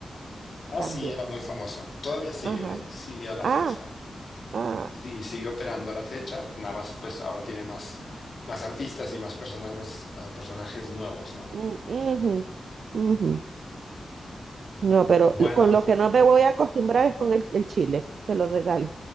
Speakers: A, on the left; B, on the right.
A: así
B: también.
A: era muy famoso. Todavía sigue,
B: Ajá.
A: ¿eh? Sigue a la
B: Ah,
A: fecha.
B: ah,
A: Sí, sigue operando a la fecha, nada más pues ahora tiene más, más artistas y más personales, ah, personajes nuevos, ¿no?
B: mm, ujú, ujú. No, pero
A: Bueno,
B: con lo que no me voy a acostumbrar es con el, el chile, te lo regalo.